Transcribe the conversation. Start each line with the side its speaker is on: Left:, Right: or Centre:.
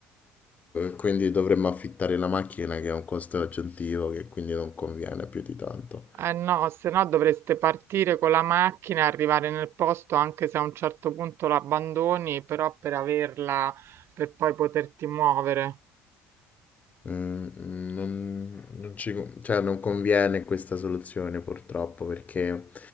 Left: quindi dovremmo affittare la macchina che è un costo aggiuntivo che quindi non conviene più di tanto.
Right: Eh no, se no dovreste partire con la macchina e arrivare nel posto anche se a un certo punto l'abbandoni, però per averla, per poi poterti muovere.
Left: Mhmm, mhmm, non non ci co cioè non conviene questa soluzione purtroppo, perché